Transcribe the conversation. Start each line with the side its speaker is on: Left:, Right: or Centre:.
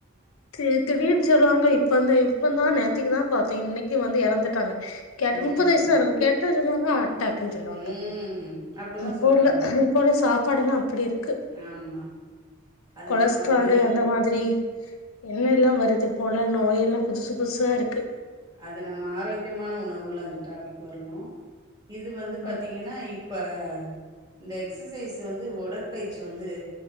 Left: தே திடீர்ன் சொ ல்வாங்க இப்பந்தா இப்பநாதா நேத்திக்கு தா பாத்தே இன்னக்கி வந்து எறந்துட்டாங்க கேட்டா
Right: ம்
Left: முப்பது வயசு தாருக்கு கேட்டா சொல்லுவாங்க அட்டாக்குன் சொல்லுவாங்க
Right: ம் அப்டிதா
Left: இப்போ
Right: சொல்றாங்க
Left: உள்ள இப்போ உள்ள சாப்பாடுல்லா அப்டி இருக்கு
Right: ஆமா அது
Left: கொலஸ்ட்டாலு
Right: நம்ம வந்து
Left: அந்த மாதிரி என்னெல்லா வருது போல நோய் எல்லா புதுசு புதுசாருக்கு
Right: அது நம்ம ஆரோக்கியமான உணவுல அந்த டாபிக் வரணு இது வந்து
Left: ம்
Right: பாத்தீங்கன்னா இ ப்ப இந்த எக்ஸசைஸ் வந்து ஒடற்பயிற்சி வந்து